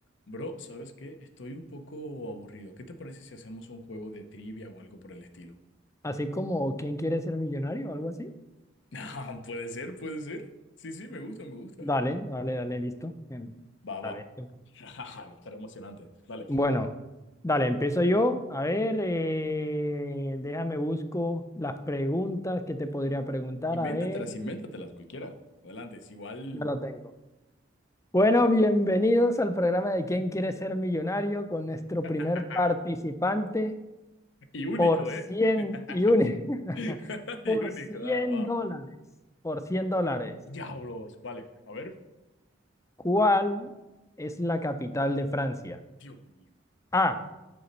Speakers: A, on the left; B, on the left.
A: Bro, ¿sabes qué? Estoy un poco aburrido. ¿Qué te parece si hacemos un juego de trivia o algo por el estilo? <laughs>
B: Así como ¿Quién quiere ser millonario? o Algo así.
A: Ah, puede ser, puede ser. Sí, sí, me gusta, me gusta.
B: Dale, dale, dale, listo. Em,
A: Va,
B: Dale.
A: va. <laughs> Va a estar emocionante. Dale.
B: Bueno, dale, empiezo yo. A ver, eh, déjame busco las preguntas que te podría preguntar.
A: Invéntatelas,
B: A ver,
A: invéntatelas, cualquiera. Adelante, es igual.
B: ya la tengo. Bueno,
A: Va.
B: bienvenidos al programa de ¿Quién quiere ser millonario? con nuestro
A: <laughs>
B: primer participante
A: Y único,
B: por 100
A: ¿eh? <laughs>
B: y un, <laughs> por
A: Y único,
B: 100
A: ah, va.
B: dólares. Por 100 dólares.
A: Diablos. Vale, a ver.
B: ¿Cuál es la capital de Francia?
A: Dios mío.
B: A.